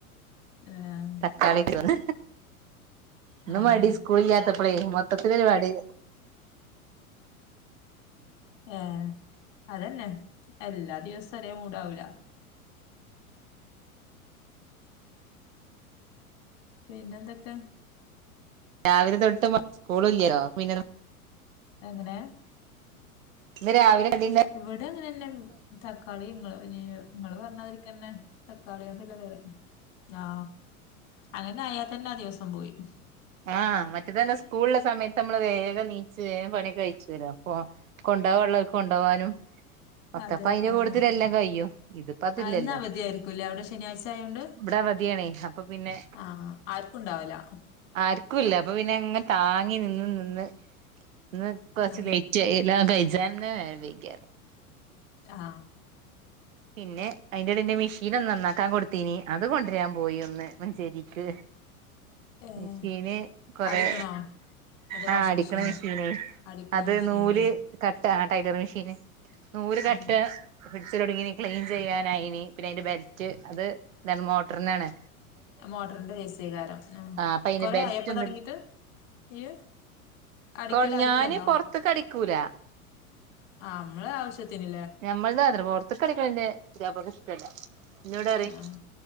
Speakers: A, on the left (about 50°); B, on the right (about 60°).
A: ഏഹ്
B: തക്കാളിക്ക്ന്ന ഇന്ന്
A: ആഹ്
B: മടി സ്കൂല്ലാത്തപ്പളേ മൊത്തത്തിരുമടി
A: ഏ അതെന്നെ എല്ലാ ദിവസവും ഒരേ മൂടാവൂല പിന്നെന്തൊക്കാ
B: രാവിലെ തൊട്ട് സ്കൂള ഇല്ലല്ലോ പിന്നെ
A: എങ്ങനെ
B: ഇന്ന് രാവിലെ കടിണ്ടാ
A: ഇവിടെ അങ്ങനെന്നെ തക്കാളി ഇങ്ങള് പറഞ്ഞതിരി പിന്നെ തക്കാളിയൊണ്ട്ള്ള കറി ആ അങ്ങനെ ആയാ തന്നെ ആ ദിവസം പോയി
B: ആ മറ്റേതന്നെ സ്കൂള്ള സമയത്ത് നമ്മള് വേഗ നീച്ച് വേം പണി കഴിച്ചുവര അപ്പ കൊണ്ടവാ ഉള്ളകൊണ്ടോവാനും ഒത്തപ്പ
A: അതെ
B: അയിന്റെ
A: ആഹ്
B: കൊടുത്തിട്ട എല്ലാം കഴിയും ഇതിപ്പ അതില്ലല്ലോ
A: ആഹ് ഇന്ന് അവധിയായിരിക്കൂല്ലേ അവിടെ ശനിയാഴ്ച ആയോണ്ട്
B: ഇവിടെ അവധിയണേ അപ്പൊ പിന്നെ
A: ആഹ് ആർക്കും ഉണ്ടാവില്ല
B: ആർക്കുംല്ല അപ്പൊ പിന്നെ ങ്ങെ താങ്ങി നിന്ന് നിന്ന് ഒന്ന് കുറച്ച്
A: ആഹ്
B: വെയിറ്റ് ചെയ കഴ ജന്നെ നേരം വൈകിയ
A: ആ
B: പിന്നെ അയിന്റെ ഇടെ ഇന്റെ മെഷീൻ ഒന്ന് നന്നാക്കാൻ കൊടുത്തീനി അത് കൊണ്ടുരാൻ പോയി ഒന്ന് മഞ്ചേരിക്ക്
A: ഏഹ്
B: മെഷീന് കൊറേ
A: അടിക്കണോ അതോ
B: ആ
A: വാഷിംഗ്
B: അടിക്കണ
A: മെഷീനോ
B: മെഷീന്
A: അടിക്കണ
B: അത്
A: മെഷീനോ
B: നൂല്
A: ഏഹ്
B: കട്ട ടൈലർ മഷീൻ നൂല്
A: ആഹ്
B: കെട്ട പ്പൊ പിടിച്ചു തൊടങ്ങീന് ക്ലീൻ ചെയ്യാനായിനി പിന്നെ അയിന്റെ ബെൽറ്റ്‌ റ്റ് അത് നെൻമോ ട്രിനാണ്
A: ആ മോട്രിന്റെ ഏ സി ക്കാരം ആ
B: അപ്പൊ അയിന്റെ
A: കൊറേ
B: ബെൽറ്റ്
A: ആയോ പ്പൊ
B: ഒന്ന്
A: തൊടങ്ങീട്ട് ഏ അടിക്കല്
B: കൊ
A: ആദ്യൊക്കെയൊണ്ടോ
B: ഞാന് പൊറത്ത്ക്ക് അടിക്കൂല
A: ആ മ്മളെ ആവശ്യത്തിന്
B: ഞമ്മൾതാണ് ത് പോൽത്ത കളികളിന്റെ പുതിയാപ്ലക്കിഷ്ടല്ല ന്നോടറയും
A: ആഹ്